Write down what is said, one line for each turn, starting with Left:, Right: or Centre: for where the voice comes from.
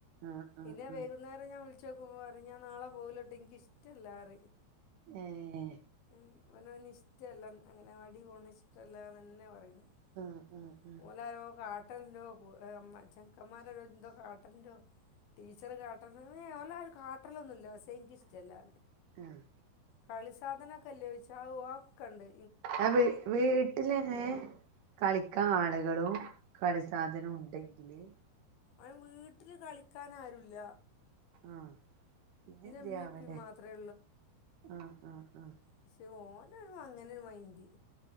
Right: ആഹ് ആഹ്
Left: പിന്നെ വൈകുന്നേരം
Right: ആഹ്
Left: ഞാൻ വിളിച്ച് നോക്കുമ്പോൾ പറയും ഞാൻ നാളെ പോവൂലട്ടോ ഇൻക്ക് ഇഷ്ടല്ലാറിം
Right: ഏഹ്
Left: ഉം ഓന് ഓന് ഇഷ്ടല്ല അഗനവാടി പോണ ഇഷ്ടല്ലാന്നന്നെ പറയ്ണത്
Right: ആഹ്. ആഹ്
Left: <unintelligible>
Right: ആഹ്
Left: കാട്ടല്ണ്ടൊ <unintelligible> ചെക്കന്മാർ ഒക്കെ എന്തോ കാട്ടൽണ്ടൊ ടീച്ചർ കാ <unintelligible> ഓലാരും കാട്ടലൊന്നുല്ല പക്ഷേ ഇൻക്കിഷ്ടല്ലാ
Right: ആഹ്
Left: കളി സാധനൊക്കെ ഇല്ലേ ചോയ്ച്ചാ അത് അതൊക്കെണ്ട്.
Right: ആ വീ വീട്ടിലന്നെ കളിക്കാ ആളുകളും. കളി സാധനോം ഇണ്ടെങ്കില്
Left: അവന് വീട്ടില് കളിക്കാനാരൂല്ല.
Right: ആഹ് പിന്നെ എന്ത്യാവലേ
Left: ഉമ്മയും ഉപ്പയും മാത്രമേ
Right: ആഹ് ആഹ് ആഹ്.
Left: പക്ഷെ ഓന് അങ്ങനെരു മൈന്റ്.